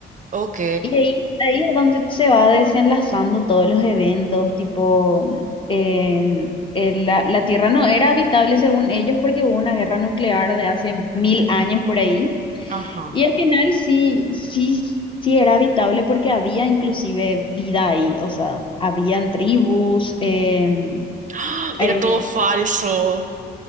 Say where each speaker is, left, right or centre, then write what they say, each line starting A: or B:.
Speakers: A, on the right; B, on the left.
A: Ok,
B: Y ahí, ahí es donde se va desenlazando todos los eventos, tipo, en- en la, la Tierra no era habitable según ellos porque hubo una guerra nuclear de hace mil años por ahí.
A: ajá.
B: Y al final sí, sí, sí era habitable porque había inclusive vida ahí, o sea, habían tribus, em,
A: ¡Ah! Era
B: eh,
A: todo falso.